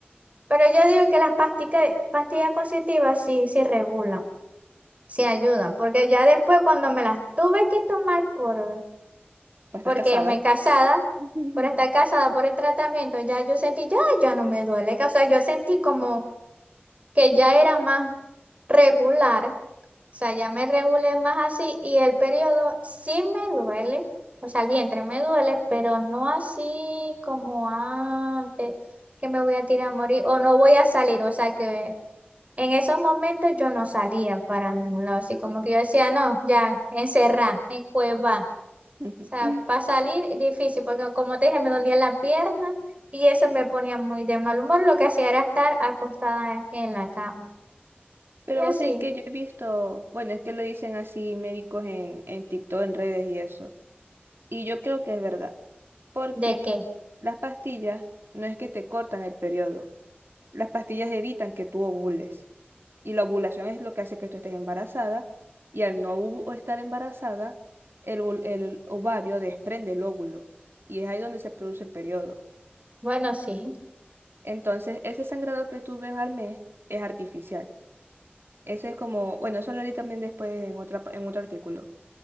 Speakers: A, on the right; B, on the right.
A: Pero yo digo que las pastica- pastillas constitutivas sí, sí regulan, sí ayudan, porque ya después cuando me las tuve que tomar por,
B: Para
A: porque
B: estar casada.
A: me casada,
B: <laughs>
A: por estar casada por el tratamiento, ya yo sentí, ya, ya no me duele, o sea, yo sentí como que ya era más regular, o sea, ya me regulé más así y el periodo sí me duele, o sea, el vientre me duele, pero no así como antes, que me voy a tirar a morir o no voy a salir, o sea, que... En esos momentos yo no salía para ningún lado, así como que yo decía, no, ya, encerrá, en cueva.
B: Ujú.
A: O sea, para salir difícil, porque como te dije, me dolía la pierna y eso me ponía muy de mal humor. Lo que hacía era estar acostada en la cama.
B: Pero
A: Y así,
B: vos sabés que yo he visto, bueno, es que lo dicen así médicos en, en TikTok, en redes y eso. Y yo creo que es verdad. porque
A: ¿de qué?
B: las pastillas no es que te cortan el periodo, las pastillas evitan que tú ovules. Y la ovulación es lo que hace que tú estés embarazada y al no ovu- estar embarazada, el, ov- el ovario desprende el óvulo y es ahí donde se produce el periodo.
A: Bueno, sí.
B: Entonces, ese sangrado que tú ves al mes es artificial. Eso es como, bueno, eso lo leí también después en otra, pa- en otro artículo.